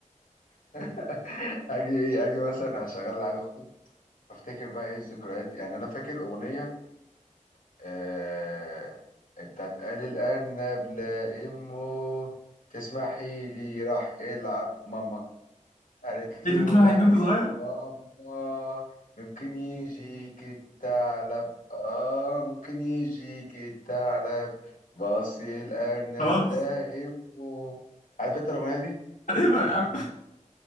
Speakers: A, on the left; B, on the left.
A: <laughs> اجي ايه اجي مثلا اشغلها على اختي افتكر بقى ايه الذكريات يعني انا فاكر اغنيه آه بتاعت قال الارنب لا امه تسمحي لي راح العب ماما قالت
B: انت
A: له
B: كنت بتسمع
A: لا
B: الحاجات دي
A: يا
B: وانت صغير
A: ماما ممكن يجيك الثعلب اه ممكن يجيك الثعلب بص الارنب
B: خلاص
A: لائمه عارف انت الاغنيه دي
B: <laughs> هتفرق يا عم